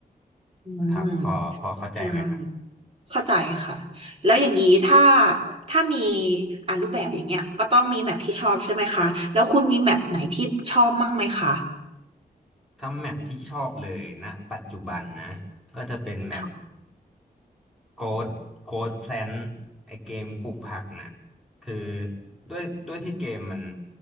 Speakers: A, on the right; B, in the centre.
A: อืม
B: ครับพอพอเข้าใจไหมครับ
A: ใช่เข้าใจค่ะแล้วอย่างนี้ถ้าถ้ามีอ่ารูปแบบอย่างเงี้ยก็ต้องมีแมปที่ชอบใช่ไหมคะแล้วคุณมีแมปไหนที่ชอบมั่งไหมคะ
B: ถ้าแมปที่ชอบเลยณปัจจุบันนะก็จะเป็นแมป
A: ค่ะ
B: โกดโกดแพลนไอเกมปลูกผักนะคือด้วยด้วยที่เกมมัน